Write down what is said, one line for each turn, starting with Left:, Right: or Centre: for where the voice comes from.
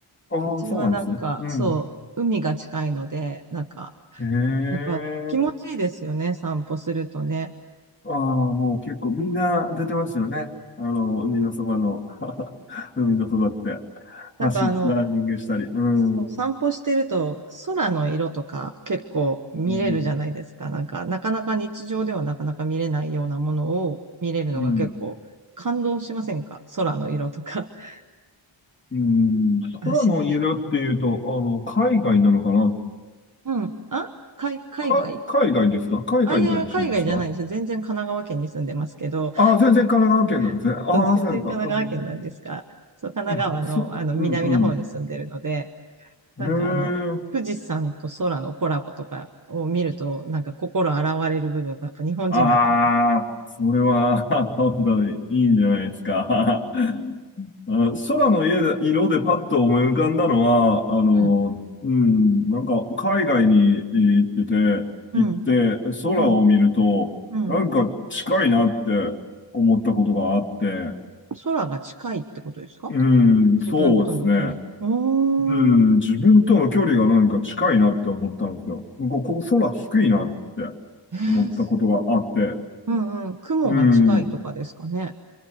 Left: ああ、
Right: うちはなんかそう、
Left: そうなんですね。うん。
Right: 海が近いので、なんか
Left: へえ。
Right: やっぱ気持ちいいですよね、散歩するとね。
Left: ああ、もう結構みんな出てますよね。あの、海のそばの、<laughs> 海のそばって、
Right: なんかあの、
Left: 走っランニングしたり。うん。
Right: そう散歩してると空の色とか結構見れるじゃないですか。
Left: うん。
Right: なんか、なかなか日常ではなかなか見れないようなものを見れるのが結構感動しませんか空の色とか。
Left: うん。
Right: <laughs>
Left: うん。
Right: あ、
Left: 空の家だっていうと、
Right: しない。
Left: あの、海外なのかな
Right: うん。あ、海、海外
Left: か、海外ですか海外在住ですか
Right: あ、いやいや、海外じゃないんですよ。全然神奈川県に住んでますけど、
Left: ああ、全然神奈川県なんですね。
Right: <laughs>
Left: ああ、
Right: 全然神奈川県なんですが、
Left: そうですか。うん。
Right: そう、神奈川の、
Left: うん、そう、
Right: あの、南の方に住んでるので、
Left: うん、う
Right: なんかあの、
Left: ん。へえ。
Right: 富士山と空のコラボとかを見ると、なんか心洗われる部分がやっぱ日本人だからな。
Left: ああ、それは、<laughs> 本当にいいんじゃないですか。<laughs> あ、空の家で色でパッと思い浮かんだのは、あの、
Right: うん、
Left: うん、なんか海外にえー行ってて、
Right: うん、
Left: 行って空を見ると、
Right: うん、うん。
Left: なんか近いなって思ったことがあって、
Right: 空が近いってことですか
Left: うん、
Right: 自分との距離。
Left: そうですね。
Right: うーん。
Left: うん、自分との距離がなんか近いなって思ったんですよ。ここ空低いなって
Right: えー
Left: 思ったことがあって。
Right: うんうん。雲が近いとかですかね。
Left: うん。